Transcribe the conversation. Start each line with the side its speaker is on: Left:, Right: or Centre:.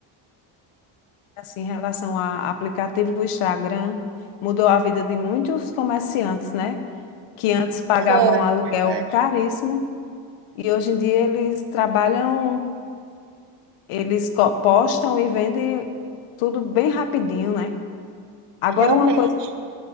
Left: Assim, em relação a aplicativo Instagram, mudou a vida de muitos comerciantes, né? Que antes pagavam
Right: Foi,
Left: aluguel
Right: verdade.
Left: caríssimo e hoje em dia eles trabalham, eles co- postam e vendem tudo bem rapidinho, né? Agora,
Right: Realmente.
Left: uma coisa